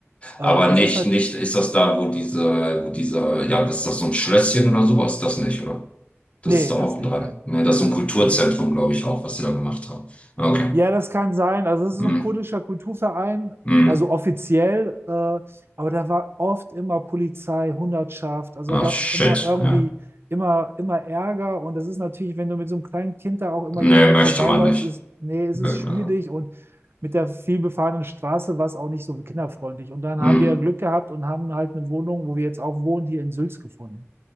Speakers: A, on the right; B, on the left.
A: Äh,
B: Aber
A: das
B: nicht,
A: ist nicht,
B: nicht, ist das da, wo diese, wo dieser, ja, das ist das so ein Schlösschen oder sowas? Das nicht, oder? Das
A: nee,
B: ist da
A: das
B: auch
A: nicht,
B: dran.
A: nein,
B: Ne,
A: nein,
B: das ist
A: nein.
B: so ein Kulturzentrum,
A: Äh,
B: glaube ich, auch, was sie da gemacht haben. Okay.
A: Ja, das kann sein. Also es ist
B: Hm,
A: so ein kurdischer Kulturverein,
B: hm.
A: also offiziell, äh, aber da war oft immer Polizei, Hundertschaft. Also
B: Ach,
A: da gab
B: shit,
A: es immer irgendwie,
B: ja.
A: immer, immer Ärger. Und das ist natürlich, wenn du mit so einem kleinen Kind da auch immer
B: Nee,
A: jeden Tag
B: möchte
A: vorbeiläufst,
B: man nicht.
A: ist, nee, ist
B: Be-
A: es schwierig. Und mit der vielbefahrenen Straße war es auch nicht so kinderfreundlich. Und dann
B: Hm.
A: haben wir Glück gehabt und haben halt eine Wohnung, wo wir jetzt auch wohnen, hier in Sülz gefunden.